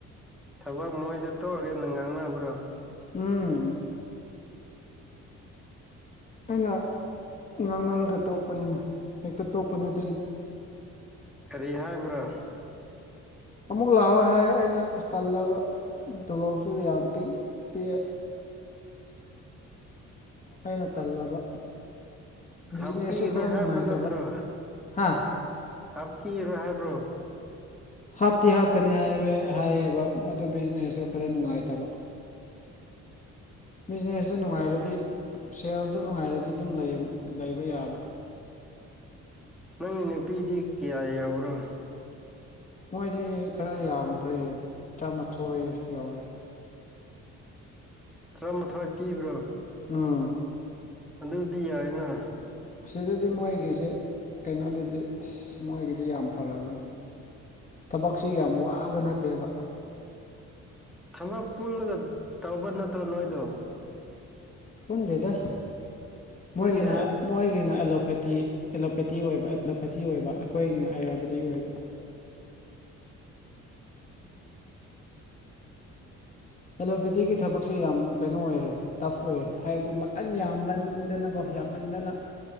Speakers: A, in the centre; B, on the left.
A: ꯊꯕꯛ ꯃꯣꯏꯗ ꯇꯧꯔꯒꯦ ꯑꯗꯨ ꯉꯥꯡꯅꯕ꯭ꯔꯣ
B: ꯎꯝ ꯑꯩꯅ ꯉꯥꯡꯅꯔꯒ ꯇꯣꯛꯄꯅꯤꯅꯦ ꯍꯦꯛꯇ ꯇꯣꯛꯄ ꯅꯠꯇꯦ
A: ꯀꯔꯤ ꯍꯥꯏꯕ꯭ꯔꯣ
B: ꯑꯃꯨꯛ ꯂꯥꯛꯑꯣ ꯍꯥꯏ ꯑꯩꯅ ꯑ ꯇꯜꯂꯕ ꯇꯣꯂꯣꯞꯁꯨ ꯌꯥꯝ ꯄ ꯄꯤꯛꯑꯦ <inaudible> ꯑꯩꯅ ꯇꯜꯂꯕ ꯕꯤꯖꯤꯅꯦꯁꯁꯨ
A: ꯍꯥꯞꯄꯤꯒꯅꯤ
B: ꯈꯔ
A: ꯍꯥꯏꯕ
B: ꯅꯨꯡꯉꯥꯏꯇꯕ
A: ꯅꯠꯇ꯭ꯔꯣ
B: ꯍꯥ
A: ꯍꯥꯞꯀꯤꯔꯣ ꯍꯥꯏꯕ꯭ꯔꯣ
B: ꯍꯥꯞꯇꯤ ꯍꯥꯞꯀꯅꯤ ꯍꯥꯏ ꯍꯥꯏꯌꯦꯕ ꯑꯗꯨ ꯕꯤꯖꯤꯅꯦꯁꯁꯨ ꯈꯔ ꯅꯨꯡꯉꯥꯏꯇꯕ ꯕꯤꯖꯤꯅꯦꯁꯇꯨ ꯅꯨꯡꯉꯥꯏꯔꯗꯤ ꯁꯦꯜꯁꯇꯣ ꯅꯨꯡꯉꯥꯏꯔꯗꯤ ꯑꯗꯨꯝ ꯂꯩꯕ ꯌꯥꯕ
A: ꯅꯪꯒꯤ ꯅꯨꯄꯤꯗꯤ ꯀꯌꯥ ꯌꯥꯎꯔꯣ
B: ꯃꯣꯏꯗꯤ ꯈꯔ ꯌꯥꯝꯈ꯭ꯔꯦ ꯇꯔꯥꯃꯥꯊꯣꯏ ꯌꯧꯔꯦ
A: ꯇꯔꯥꯃꯥꯊꯣꯏ ꯄꯤꯕ꯭ꯔꯣ
B: ꯎꯝ
A: ꯑꯗꯨꯗꯤ ꯌꯥꯏꯅ
B: ꯁꯤꯗꯗꯤ ꯃꯣꯏꯒꯤꯁꯦ ꯀꯩꯅꯣꯗꯨꯗꯤ ꯑꯁ ꯃꯣꯏꯒꯤꯗꯤ ꯌꯥꯝ ꯐꯔꯕꯅꯤ ꯊꯕꯛꯁꯤ ꯌꯥꯝ ꯋꯥꯕ ꯅꯠꯇꯦꯕ
A: ꯊꯕꯛ ꯄꯨꯜꯂꯒ ꯇꯧꯕ ꯅꯠꯇ꯭ꯔꯣ ꯅꯣꯏꯗꯣ
B: ꯄꯨꯟꯗꯦꯗ
A: ꯄꯨꯟꯗꯦ
B: ꯃꯣꯏꯒꯤꯅ ꯃꯣꯏꯒꯤꯅ ꯑꯦꯂꯣꯐꯦꯊꯤ ꯑꯦꯂꯣꯄꯦꯇꯤ ꯑꯣꯏꯕ ꯑꯦꯂꯣꯄꯦꯊꯤ ꯑꯣꯏꯕ ꯑꯩꯈꯣꯏꯅꯤꯅ ꯑꯥꯌꯨꯔꯕꯦꯗꯤꯛ ꯑꯣꯏꯕ ꯑꯦꯂꯣꯄꯦꯊꯤꯒꯤ ꯊꯕꯛꯁꯦ ꯌꯥꯝ ꯀꯩꯅꯣ ꯑꯣꯏꯌꯦ ꯇꯐ ꯑꯣꯏꯌꯦ ꯍꯥꯏꯕꯗꯤ ꯃꯈꯟ ꯌꯥꯝꯃꯟꯗꯅꯀꯣ ꯌꯥꯝꯃꯟꯗꯅ